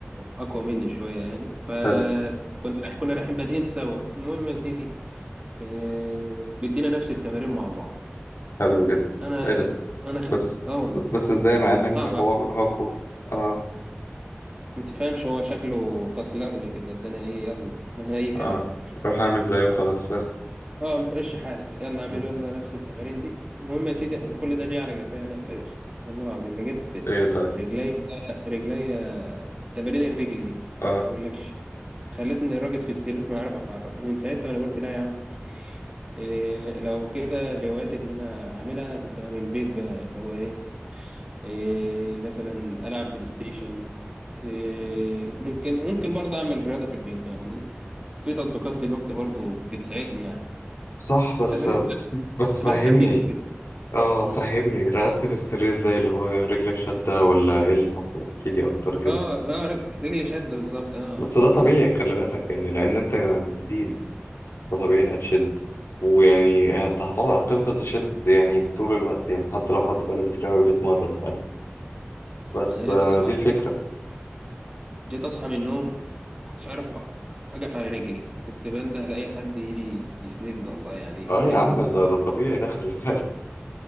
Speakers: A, on the right (about 20°); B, on the left (about 75°).
A: اقوى مني شوية يعني فكنا
B: حلو
A: كنا رايحين بادئين سوا المهم يا سيدي آه، بدينا نفس التمارين مع بعض
B: حلو جدا
A: انا
B: ايه ده
A: انا خ...
B: بس
A: اه والله
B: بس ازاي
A: يعني
B: مع انك
A: صعب
B: هو هاكوا اه
A: انت فاهمش هو شكله تصلجني كده الدنيا ايه يلا <laughs> اي كلام
B: اه روح اعمل زيه وخلاص آه.
A: اه مشي حالك يلا اعمله
B: مم.
A: يلا نفس التمارين دي المهم يا سيدي كل ده جه على جفانا في الاخر والله العظيم لقيت
B: ايه طيب
A: رجلي رجلي تمارين الرجل دي
B: اه
A: ما اقولكش خلتني راجد في السرير ما اعرف اتحرك من ساعتها وانا قلت لا يا عم إيه، لو كده الهوايات اللي انا اعملها تبقى من البيت بقى اللي هو ايه إيه مثلا ألعب بلاي ستيشن إيه ممكن ممكن برضه أعمل رياضة في البيت يعني في تطبيقات دلوقتي برضه بتساعدني يعني
B: صح
A: بس
B: بس
A: تمارين
B: بس
A: تمارين
B: فهمني
A: خفيفة كده
B: اه فهمني
A: مم.
B: رقدت في السرير ازاي اللي هو رجلك شدة ولا ايه اللي حصل احكيلي اكتر كده
A: اه اه رج- رجلي شد بالظبط اه
B: بس
A: يعني
B: ده طبيعي خلي بالك يعني لان انت جديد فطبيعي هتشد ويعني هت- هت- هتفضل تشد يعني طول الوقت يعني حتى لو حد بقاله كتير أوي بيتمرن فاهم بس
A: انا جيت
B: آه،
A: اصحى
B: دي الفكرة
A: جيت اصحى من النوم كنتش عارف أ- اقف على رجلي كنت بنده لاي حد يجي يسندني والله يعني
B: اه
A: كان
B: يا عم ده ده طبيعي ده خلي بالك